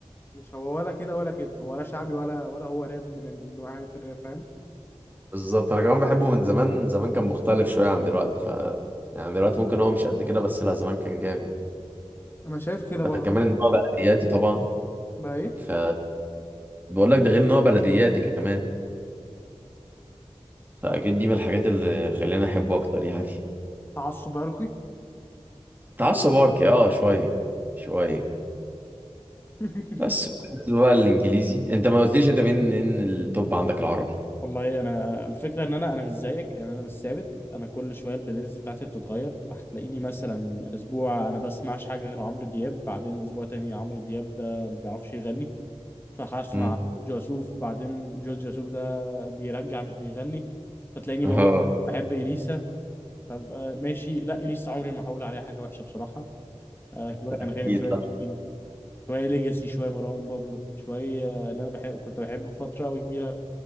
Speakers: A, on the left; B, on the right.
A: مش هو ولا كده ولا كده هو ولا شعبي ولا ولا هو راب من نوعية الراب فاهم
B: بالظبط انا كمان بحبه من زمان زمان كان مختلف شويه عن دلوقتي ف يعني دلوقتي ممكن هو مش قد كده بس لا زمان كان جامد
A: انا شايف كده
B: ده
A: برضه
B: كمان ان هو بلدياتي طبعا
A: بقى ايه
B: ف بقول لك ده غير ان هو بلدياتي كمان فاكيد دي من الحاجات اللي خلاني احبه اكتر يعني
A: تعصب عرقي
B: تعصب اركي اه شويه شويه
A: <laughs>
B: بس بالنسبه بقى للانجليزي انت ما قلتليش انت مين مين التوب عندك العربي
A: والله انا الفكره ان انا انا مش زيك ان انا مش ثابت انا كل شويه البلاي ليست بتاعتي بتتغير فهتلاقيني مثلا اسبوع انا بسمعش حاجه غير عمرو دياب بعدين اسبوع تاني عمرو دياب ده ما بيعرفش يغني فهسمع
B: امم
A: جورج وسوف بعدين جورج وسوف ده بيرجع مش بيغني فتلاقيني
B: <laughs> اه
A: بقول بحب اليسا طب آه، ماشي لا اليسا عمري ما هقول عليها حاجه وحشه بصراحه آه، شويه انغام
B: اكيد
A: شويه
B: صح
A: شيرين، شويه ليجاسي شويه مروان بابلو شويه آه، اللي انا بحب كنت بحبه فتره قوي كبيره